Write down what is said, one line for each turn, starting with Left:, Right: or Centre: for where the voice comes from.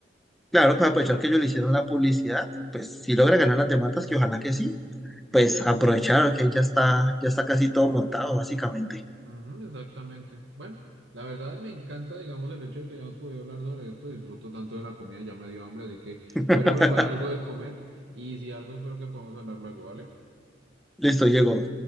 Centre: Claro, pues aprovechar que ellos le hicieron la publicidad, pues si logra ganar las demandas, que ojalá que sí, pues aprovechar que ya está, ya está casi todo montado, básicamente.
Right: Ujú, exactamente. Bueno, la verdad me encanta, digamos, el hecho de que hayamos podido hablar sobre esto. Disfruto tanto de la comida, ya me dio hambre, así que
Centre: <laughs>
Right: voy a ir a preparar algo de comer y si algo espero que podamos hablar luego, ¿vale?
Centre: Listo, llegó.